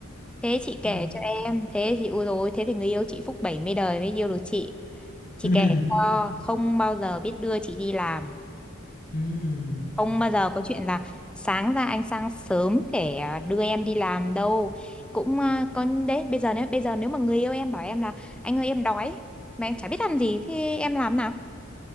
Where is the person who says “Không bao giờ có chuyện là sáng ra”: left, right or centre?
Centre